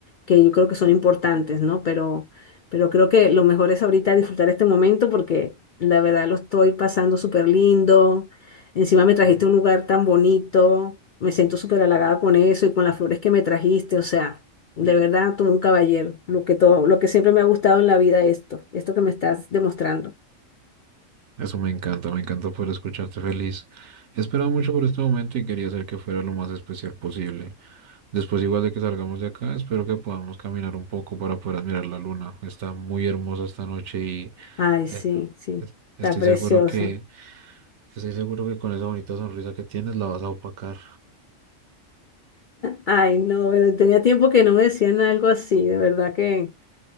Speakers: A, on the left; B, on the right.
A: que yo creo que son importantes, ¿no? Pero, pero creo que lo mejor es ahorita disfrutar este momento porque la verdad lo estoy pasando súper lindo Encima me trajiste a un lugar tan bonito, me siento súper halagada con eso y con las flores que me trajiste, o sea, de verdad, tú un caballero, lo que todo, lo que siempre me ha gustado en la vida esto, esto que me estás demostrando.
B: Eso me encanta, me encanta poder escucharte feliz. He esperado mucho por este momento y quería hacer que fuera lo más especial posible. Después, igual de que salgamos de acá, espero que podamos caminar un poco para poder admirar la luna. Está muy hermosa esta noche y
A: Ay, sí,
B: eh,
A: sí,
B: es-
A: está
B: estoy
A: precioso.
B: seguro que estoy seguro que con esa bonita sonrisa que tienes la vas a opacar.
A: Ay, no, bueno, tenía tiempo que no me decían algo así, de verdad que